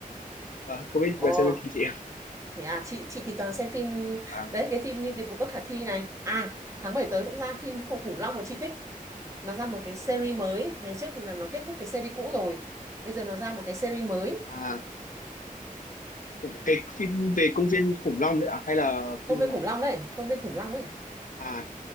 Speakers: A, on the left; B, on the right.
A: và không biết
B: ồ
A: là xem phim kinh dị không?
B: Thế à, chị chị thì toàn xem phim
A: và
B: đấy cái phim như Điệp vụ bất khả thi này. À, tháng 7 tới cũng ra phim Khủng khủng long mà chị thích. Nó ra một cái series mới, ngày trước thì là nó kết thúc cái series cũ rồi. Bây giờ nó ra một cái series mới,
A: à cũng cái phim về công viên khủng long nữa à? hay là
B: Công
A: phim
B: viên
A: nào
B: khủng long đấy, Công viên khủng long ấy.
A: à